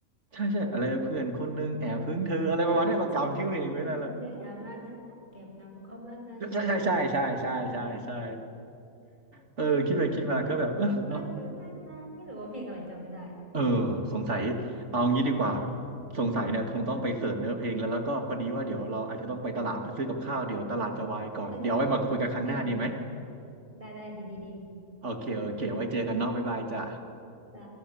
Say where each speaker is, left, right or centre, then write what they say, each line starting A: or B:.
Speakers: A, on the right (about 55°); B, on the right (about 30°).
A: ใช่ใช่อะไรเพื่อนคนนึงแอบพึ่งเธออะไรประมาณเนี้ยเราจำชื่อเพลงไม่ได้แล้ว
B: รักเธอเพื่อนคนหนึ่งแอบรักเธอเก็บงำความรักนั้นอยู่ในใจ
A: ใช่ใช่ใช่ใช่ใช่ใช่ใช่
B: นี่คือ
A: เออคิดไปคิดมาก็แบบเออเนาะ
B: ติดบังอยู่ตั้งนานไม่รู้ว่าเพลงอะไรจำไม่ได้
A: เออสงสัยเอางี้ดีกว่าสงสัยเนี่ยคงต้องไปเสิร์ชเนื้อเพลงแล้วแล้วก็พอดีว่าเดี๋ยวเราอาจจะต้องไปตลาดไปซื้อกับข้าวเดี๋ยวตลาดจะวายก่อนเดี๋ยวเอาไว้มาคุยกันครั้งหน้าดีไหม
B: โอเคโอเคได้ได้ดีดีดี
A: โอเคโอเคไว้เจอกันเนาะบ๊ายบายจ้ะ
B: จ้า